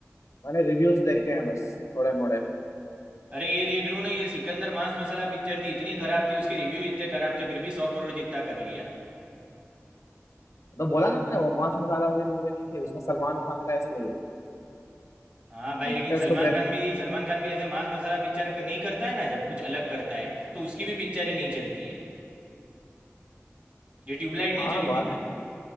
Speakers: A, on the left; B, on the right.
A: मैंने रिव्यूज देखे हैं बस थोड़े मोड़े
B: अरे ये देख लो ना ये सिकंदर मांस मसाला पिक्चर थी इतनी खराब थी उसके रिव्यू इतने खराब थे फिर भी सौ करोड़ जितना कर लिया
A: तो बोला ना मैंने वो मांस मसाला वाली मूवी नहीं थी उसमें सलमान खान था इसलिए
B: हाँ भाई
A: एक्टर्स
B: लेकिन सलमान
A: को देख
B: खान भी सलमान खान भी ऐसे मांस मसाला पिक्चर नहीं करता है ना जब कुछ अलग करता है तो उसकी भी पिक्चरें नहीं चलती है ये ट्यूबलाइट नहीं
A: हाँ
B: चली
A: बात
B: थी ना